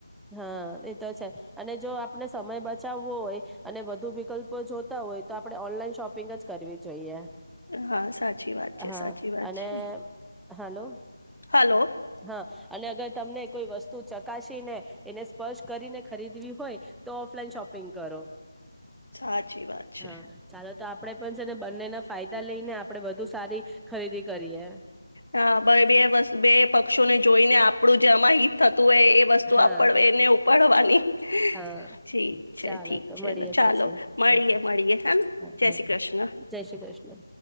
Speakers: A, in the centre; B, on the left.
A: હા એતો છે, અને જો આપણે સમય બસ બચાવવો હોય, અને બ વધુ વિકલ્પો જોતા હોય તો આપણે ઓનલાઈન શોપિંગ જ કરવી જોઈએ
B: હા સાચી વાત છે
A: હા
B: સાચી વાત
A: અને
B: છે.
A: હાલો.
B: હલો
A: હા અને અગર તમને કોઈ વસ્તુ ચકાસી ને એને સ્પર્શ કરીને ખરીદવી હોય તો, ઓફલાઈન શોપિંગ કરો.
B: સાચી વાત છે
A: હા, ચાલો તો આપ આપણે પણ છે ને બંનેના ફાયદા લઈને આપણે વધુ સારી ખરીદી કરીએ
B: હા બે વ બે પ પક્ષો ને જોઈને આપણું જે અમા હિતું એ વસ્તુ
A: હા
B: આપડને ઉપાડવાની,
A: હા
B: ઠીક છે
A: ચાલો
B: ઠીક
A: તો
B: છે
A: મળીએ
B: ચાલો
A: પછી
B: મળીએ
A: હા
B: મળીએ હે
A: હા
B: જય
A: હા
B: શ્રી કૃષ્ણ.
A: જય શ્રી કૃષ્ણ